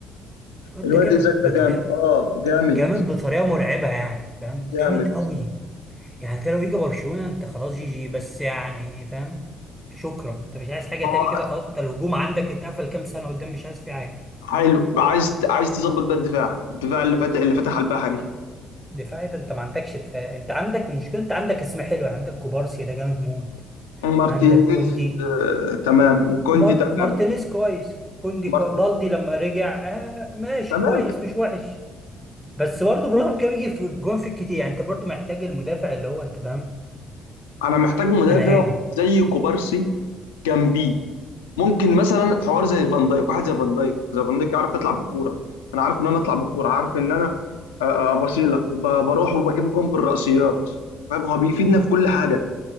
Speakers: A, in the centre; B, on the left.
A: لو انت
B: الواد
A: جامد
B: إيزاك ده
A: بطريقه
B: جامد اه جامد
A: جامد بطريقه مرعبه يعني فاهم
B: جامد
A: جامد قوي يعني انت لو يجي برشلونه انت خلاص جي جي بس يعني فاهم شكرا انت مش عايز حاجه
B: ما
A: تاني
B: هو
A: كده خلاص انت الهجوم عندك اتقفل كام سنه قدام مش عايز فيه حاجه
B: حلو عايز عايز تظبط بقى الدفاع الدفاع اللي فتح اللي فتح على البحري
A: دفاعي ده انت ما عندكش دفاع انت عندك المشكله انت عندك اسم حلو عندك كوبارسي ده جامد موت
B: مارتينيز
A: عندك كوندي
B: آه تمام وكوندي
A: مار...
B: تمام
A: مارتينيز كويس كوندي كويس
B: مارتين
A: بالدي لما رجع آه ماشي
B: تمام
A: كويس مش وحش بس برضه برغم كده بيجي في الجون في كتير يعني انت برضه محتاج المدافع اللي هو انت فاهم
B: انا محتاج مدافع
A: انا هنا
B: زي كوبارسي جنبيه ممكن مثلا حوار زي فان دايك واحد زي فان دايك زي فان دايك عارف تطلع بالكوره انا عارف ان انا اطلع بالكوره عارف ان انا آه، آه، بصيلك وب- بروح وبجيب جون بالرأسيات فاهم هو بيفيدنا في كل حاجه